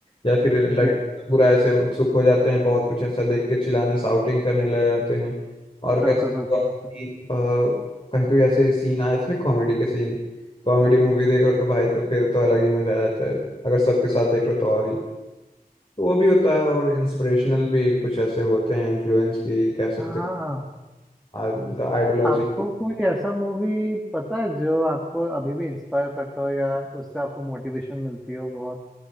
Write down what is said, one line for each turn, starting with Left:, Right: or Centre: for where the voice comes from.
Left: या फिर लड़के
Centre: जी
Left: पूरा ऐसे उत्सुक हो जाते हैं बहुत कुछ ऐसा देख के चिल्लाने साउटिंग करने लग जाते हैं और कैसे
Centre: बिल्कुल बिल्कुल बिल्कुल
Left: कि, अ, कभी कोई ऐसे सीन आए इसमें कॉमेडी के सीन कॉमेडी मूवी देख रहे हो तो भाई तो फिर तो अलग ही मजा आ जाता है अगर सबके साथ देख रहे हो तो और ही तो वो भी होता है और इंस्पिरेशनल भी कुछ ऐसे होते हैं इन्फ्लुएंस की कह सकते
Centre: हाँ
Left: हैं आ- मतलब आइडियोलॉजी
Centre: आपको कोई ऐसा मूवी पता है जो आपको अभी भी इंस्पायर करता हो या उससे आपको मोटिवेशन मिलती हो बहुत